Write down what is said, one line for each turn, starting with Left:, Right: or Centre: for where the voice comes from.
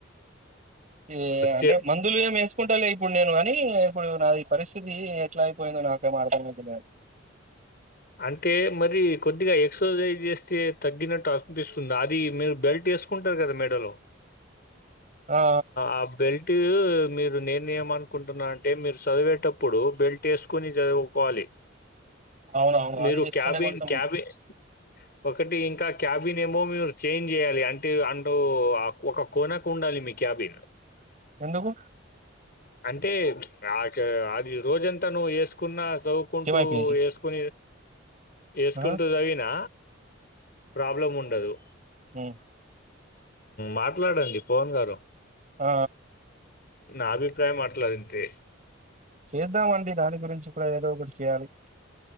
Right: ఏ అంటే
Left: చే
Right: మందులు ఏం వేసుకుంటా లే ఇప్పుడు నేను కానీ ఇప్పుడు నాది పరిస్థితి ఎట్లా అయిపోయిందో నాకేమ అర్థమది లేదు
Left: అంటే మరి కొద్దిగా ఎక్సర్సైజ్ చేస్తే తగ్గినట్టు అనిపిస్తుంది అది మీరు బెల్ట్ వేసుకుంటారు కదా మేడలో
Right: ఆ!
Left: ఆ బెల్ట్ మీరు నేనే ఏమనుకుంటున్నా అంటే మీరు చదివేటప్పుడు బెల్ట్ వేసుకొని చదువుకోవాలి
Right: అవునవును.
Left: మీరు
Right: అది చేసుకుంటే
Left: క్యాబిన్
Right: కొంచెం
Left: క్యాబిన్ ఒకటి ఇంకా క్యాబిన్ ఏమో మీరు చేంజ్ చేయాలి అంటే అంటూ ఒక కొనకు ఉండాలి మీ క్యాబిన్
Right: ఎందుకు?
Left: అంటే ఆ అది రోజంతా నువ్వు వేసుకున్న చదువుకుంటూ
Right: ఏమైపోయేది?
Left: వేసుకుని వేసుకుంటూ
Right: ఆ!
Left: చదివినా ప్రాబ్లం ఉండదు
Right: హ్మ్.
Left: మాట్లాడండి పవన్ గారు
Right: ఆ
Left: నా అభిప్రాయం మాట్లాదుంతే
Right: చేద్దాము అండి దాని గురించి కూడా ఏదో ఒకటి చేయాలి